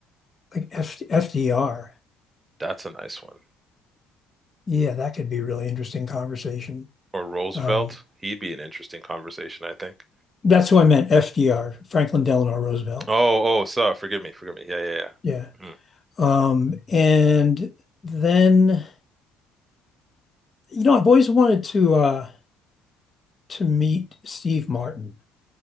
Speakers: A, on the left; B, on the right.
A: like F, FDR.
B: that's a nice one.
A: Yeah, that could be a really interesting conversation.
B: Or Roosevelt.
A: Um,
B: He'd be an interesting conversation, I think.
A: that's who I meant, FDR, Franklin Delano Roosevelt.
B: Oh, oh, sorry. Forgive me. Forgive me. Yeah, yeah, yeah.
A: Yeah.
B: Hmm.
A: Um, and then You know, I've always wanted to uh to meet Steve Martin.